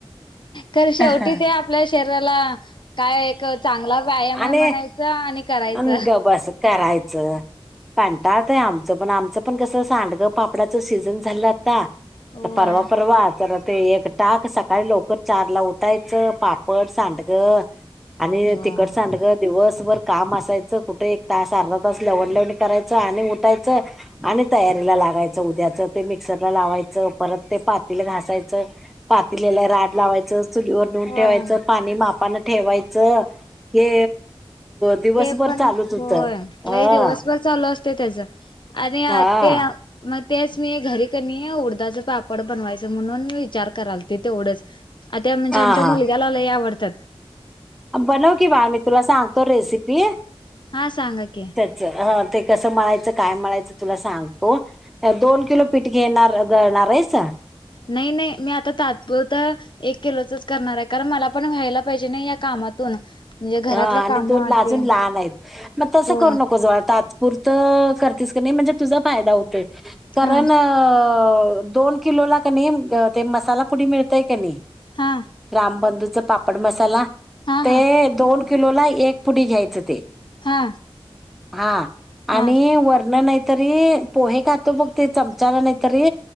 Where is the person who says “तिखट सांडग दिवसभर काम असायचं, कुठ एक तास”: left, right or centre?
Centre